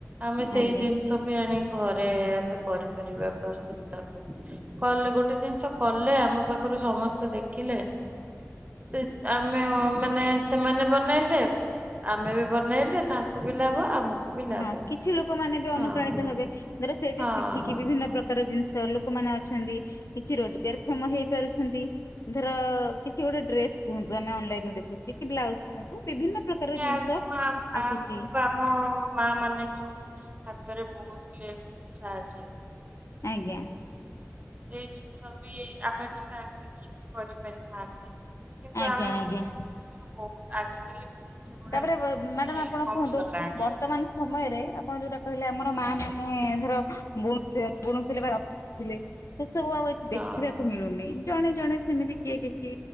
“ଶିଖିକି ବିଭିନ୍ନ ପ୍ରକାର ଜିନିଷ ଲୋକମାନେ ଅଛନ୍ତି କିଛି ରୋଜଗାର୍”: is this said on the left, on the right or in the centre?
Left